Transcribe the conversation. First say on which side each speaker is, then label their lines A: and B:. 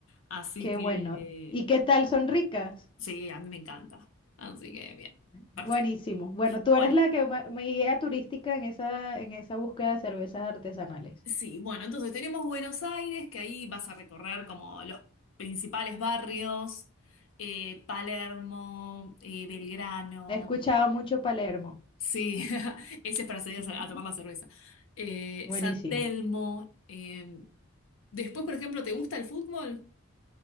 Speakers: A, on the left; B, on the left.
A: Así
B: Qué
A: que,
B: bueno. ¿Y
A: eh,
B: qué tal? ¿Son ricas?
A: sí, a mí me encanta. Así que, bien, perfecto.
B: Buenísimo. Bueno, tú
A: Bueno,
B: eres la que ma- mi guía turística en esa, en esa búsqueda de cervezas artesanales.
A: sí, bueno, entonces tenemos Buenos Aires, que ahí vas a recorrer como los principales barrios, eh, Palermo, eh, Belgrano,
B: He escuchado mucho Palermo.
A: sí, <laughs> ese es para salir
B: Ujú.
A: a, a tomar la cerveza, eh,
B: Buenísimo.
A: San Telmo, eh, después, por ejemplo, ¿te gusta el fútbol?